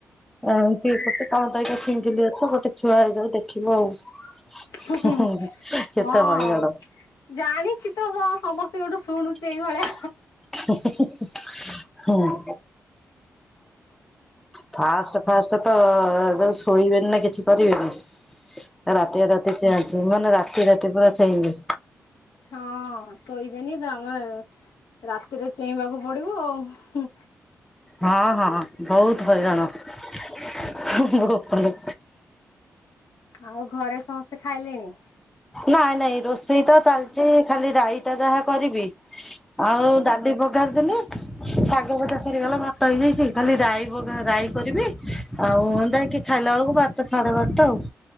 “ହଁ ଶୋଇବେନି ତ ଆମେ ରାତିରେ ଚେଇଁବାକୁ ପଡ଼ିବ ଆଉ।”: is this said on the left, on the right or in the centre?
Left